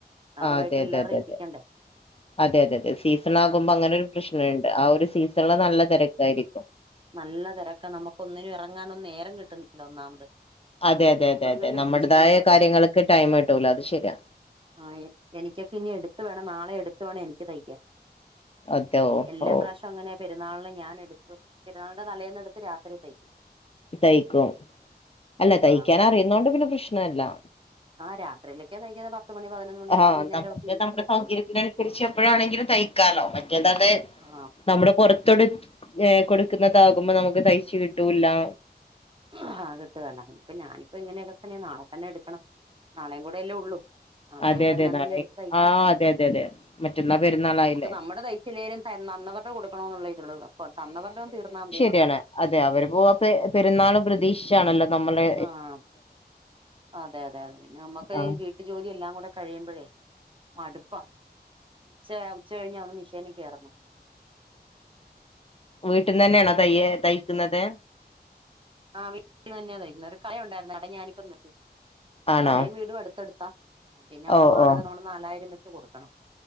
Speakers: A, on the right (about 30°); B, on the left (about 35°).
A: നാളെ
B: ആഹ്
A: വൈകിട്ടെല്ലാറെ
B: അതെ അതെ അതെ അതെ
A: പ്പിക്കണ്ടേ
B: അതെ അതെ അതെ സീസണാ കുമ്പോ അങ്ങനെ ഒരു പ്രശ്നണ്ട് ആ ഒരു സീസൺല് നല്ല തെരക്കായിരിക്കും.
A: നല്ലാ തെരക്കാ നമ്മക്കൊന്നിനും എറങ്ങാനൊന്നേരം കിട്ടുന്നില്ല ഒന്നാമത്
B: അതെ അതെ അതെ
A: അങ്ങനെ
B: അതെ
A: ഒരു
B: നമ്മടേതായ
A: വിഷയമുണ്ട്
B: കാര്യങ്ങള്ക്ക് ടൈമ് കിട്ടൂല അത് ശെരിയാ.
A: ആഹ് എ എനിക്കൊക്കെ ഇനി എട്ത്ത് വേണം നാളെ എട്ത്ത് വേണം എനിക്ക് തയ്ക്കാൻ.
B: അതോ ഓ
A: എല്ലാ
B: ഓ
A: പ്രവശ്യം അങ്ങനെ പെരുന്നാളിന് ഞാൻ എട്ക്കും പെരുന്നാളിന്റെ തലേന്ന് എട്ത്ത് രാത്രി തെയ്യ്ക്കും
B: തെയ്യക്കും അല്ലാ തെയ്യക്കാൻ
A: ആ
B: അറിന്നേണ്ട് പിന്നെ പ്രശ്നം ഇല്ലാ
A: ആഹ് രാത്രിയിലേക്ക്യാ തെയ് ക പത്ത് മണി പതിനൊന്ന് മണിയാകുമ്പോ
B: ആഹ്
A: ഈ നേരമൊക്കെ
B: നമ്മക്ക്
A: ഇരിക്കും
B: നമ്മടെ
A: വെട്ടി
B: സൗകര്യത്തിനാസരിച്ച് എപ്പോഴാണെങ്കിലും തെയ്ക്കാലോ മറ്റേത് അത്
A: ആ
B: നമ്മള് പൊറത്തോണ്ട് യെ കൊടുക്കുന്നതാക്മ്പോ നമ്മക്ക് തെയ്യ്ച്ച് കിട്ടൂല്ലാ
A: ആഹ് കിട്ടു വെല്ലാ ഇപ്പാ ഞാനിപ്പേ ഇങ്ങനെയൊക്കെ തന്നെയാ നാളെ തന്നെ എട്ക്കണം നാളെ കൂടെയല്ലേ ഒള്ളൂ നളെ
B: അതെ
A: വൈകിട്ട്
B: അതെ
A: എങ്ങാനും
B: നാളെ
A: എന്നെ എട്ത്ത് തെയ്
B: ആഹ് അതെ അതെ അതെ മറ്റന്നാ പെരുന്നാളായില്ലേ
A: നമ്മക്ക് നമ്മടെ തെ ചില്ലേലും തന്നവരടെ കൊട്ക്കാണോ എന്നേ ഒള്ളേ ഇതേള്ളു തന്നവരുടെ ഒന്ന് തീർന്നാ മതി എന്ന് പറ
B: ക്ക്യാണ് അതെ അവര് പോവാ പെര് പെരുന്നാള് പ്രതീ ച്ചാ ആണല്ലോ നമ്മളേ
A: ആഹ് അതെ അതെ അതെ പിന്നെ നമ്മക്കെ
B: ആഹ്
A: വി ട്ട് ജോലിയെല്ലാം കൂടെ കയിമ്പോഴേ മട്പ്പാ ഉച്ച ഉച്ചാ കയിഞ്ഞാ ഒന്ന് മിഷനി കേറണം
B: വീട്ടിന്ന് തന്നെയാണോ തെ തെയ്ക്ക്ന്നത്
A: ആഹ് വീട്ട് തന്നെയാ തെയ്യക്കന്നേ ഒര് കട ഒണ്ടായിരുന്ന് കട ഞാനി ഇപ്പം നിർ
B: ആണോ
A: കടയും വീടും അട്ത്താട്ത്താ പിന്നെ അവടെ
B: ഓഹ്
A: വാടകാ
B: ഓഹ്
A: നമ്മള് നാലായിരം വെച്ച് കൊട്ക്കാണം